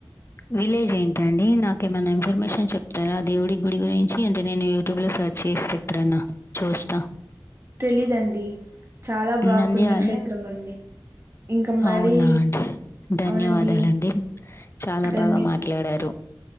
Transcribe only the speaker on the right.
తెలీదండి చాలా బా
పుణ్యక్షేత్రం అండి ఇంకా మరీ
అవునండి
ధన్య